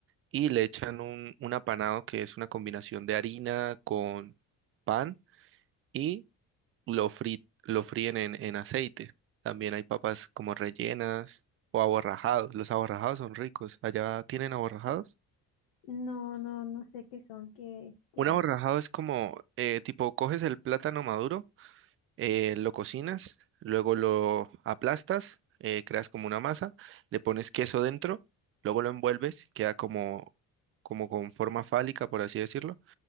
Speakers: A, on the right (about 30°); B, on the left (about 65°).
A: y le echan un, un apanado que es una combinación de harina con pan y lo, fri- lo fríen en, en aceite. También hay papas como rellenas o aborrajados. Los aborrajados son ricos. ¿Allá tienen aborrajados?
B: No, no, no sé qué son, qué, qué
A: Un aborrajado
B: es.
A: es como, eh, tipo, coges el plátano maduro, eh, lo cocinas, luego lo aplastas, eh, creas como una masa, le pones queso dentro, luego lo envuelves, queda como, como con forma fálica, por así decirlo